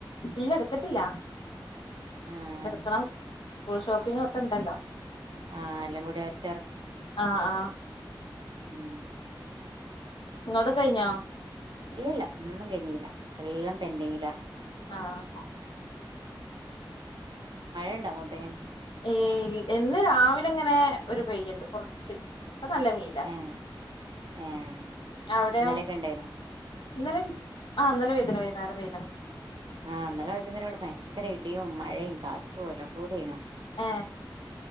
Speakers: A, on the left (about 85°); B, on the right (about 75°).
A: ഇല്ല എടുത്തിട്ടില്ല.
B: ആഹ്
A: എടുക്കണം സ്കൂൾ ഷോപ്പിംങ്ങോക്കെണ്ടല്ലോ
B: ആഹ് എല്ലാം കൂടി ഒറ്റ
A: ആ ആ
B: മ്
A: ഇങ്ങടത് കഴിഞ്ഞോ?
B: ഇല്ലല്ലാ ഒന്നും കഴിഞ്ഞിലാ എല്ലാം പെൻഡിങ്ങിലാ
A: ആഹ്
B: മഴയൊണ്ടോ അങ്ങോട്ടേക്ക്?
A: ഏ വി എന്ന് രാവിലെങ്ങനെ ഒരു പെയ്യ്ണ്ട് കൊറച്ച്. പ്പ നല്ല വെയില
B: ഏഹ് ഏഹ്
A: അവിടെയോ
B: ഇന്നലെയൊക്കെ ഉണ്ടായിനോ
A: ഇന്നലേം ആ ന്നലെ വെയില്ണ്ട് <unintelligible>
B: ആ ഇന്നലെ വൈകുന്നേരം ഇവിടെ ഭയങ്കര ഇടിയും മഴയും കാറ്റുംഎല്ലാം കൂടിനോ
A: ആ